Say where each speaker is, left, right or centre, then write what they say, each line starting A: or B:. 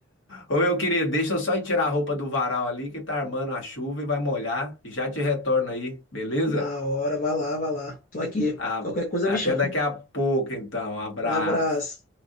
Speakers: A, on the left; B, on the left.
A: Ô meu querido, deixa eu só ir tirar a roupa do varal ali que tá armando a chuva e vai molhar e já te retorno aí, beleza?
B: Na hora, vai lá, vai lá. Tô aqui.
A: Ah,
B: Qualquer coisa
A: até
B: me chama.
A: daqui a pouco então. Abraço.
B: Um abraço.